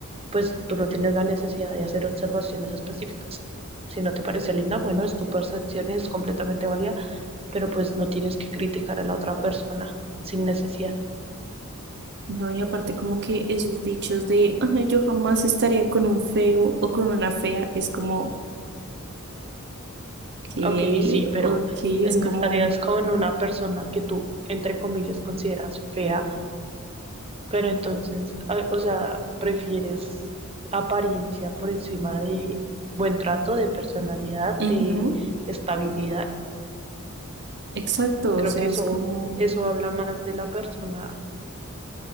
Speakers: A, on the right; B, on the right.
A: pues tú no tienes la necesidad de hacer observaciones específicas. Si no te parece linda, bueno, es tu percepción y es completamente válida, pero pues no tienes que criticar a la otra persona sin necesidad.
B: No, y aparte como que esos dichos de, ay, yo jamás estaría con un feo o con una fea, es como, ok,
A: Ok, sí, pero
B: ok,
A: eh,
B: es
A: no
B: como...
A: estarías con una persona que tú, entre comillas, consideras fea, pero entonces, ah, o sea, prefieres apariencia por encima de buen trato, de personalidad,
B: Ujú.
A: de estabilidad.
B: Exacto,
A: Creo
B: o sea,
A: que eso,
B: es como
A: eso habla más de la persona